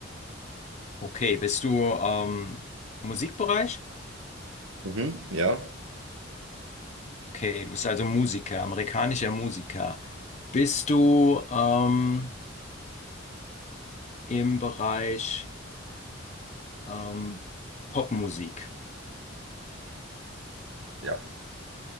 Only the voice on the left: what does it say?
Okay. Bist du ähm, Musikbereich?
Okay, du bist also Musiker, amerikanischer Musiker. Bist du ähm, im Bereich ähm, Popmusik?